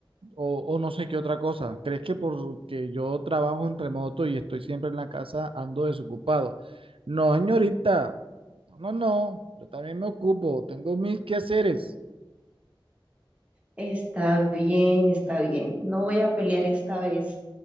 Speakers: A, on the right (about 80°); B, on the right (about 15°).
A: O, o no sé qué otra cosa. ¿Crees que porque yo trabajo en remoto y estoy siempre en la casa, ando desocupado? No, señorita. No, no, no. Yo también me ocupo. Tengo mil quehaceres.
B: Está bien, está bien. No voy a pelear esta vez.